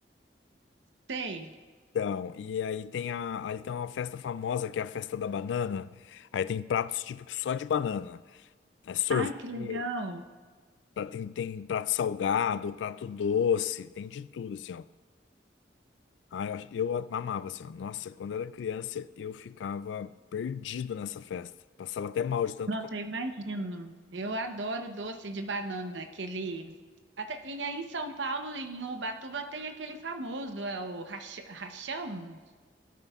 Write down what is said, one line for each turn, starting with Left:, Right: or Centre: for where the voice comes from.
Right: Sei.
Left: Então, e aí tem a, ali tem uma festa famosa que é a festa da banana. Aí tem pratos típicos só de banana. É sorvete,
Right: Ai, que legal.
Left: pra- tem, tem prato salgado, prato doce, tem de tudo, assim, ó. Ah, eu, ach- eu amava, assim, ó. Nossa, quando eu era criança, eu ficava perdido nessa festa. Passava até mal de tanto
Right: Nossa,
Left: comer.
Right: eu imagino. Eu adoro doce de banana, aquele. Até... E aí em São Paulo, em Ubatuba, tem aquele famoso, é o racha- rachão?